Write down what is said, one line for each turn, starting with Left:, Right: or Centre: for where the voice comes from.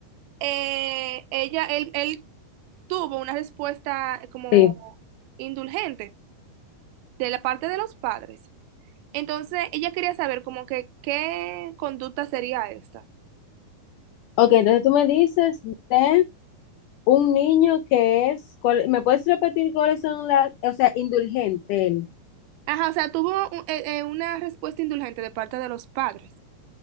Right: eh, ella, él, él tuvo una respuesta como
Left: sí.
Right: indulgente de la parte de los padres. Entonces, ella quería saber como que qué conducta sería esta.
Left: Ok, entonces tú me dices de un niño que es, ¿cuál- ¿me puedes repetir cuáles son las, o sea, indulgente él?
Right: Ajá, o sea, tuvo un- eh, eh, una respuesta indulgente de parte de los padres.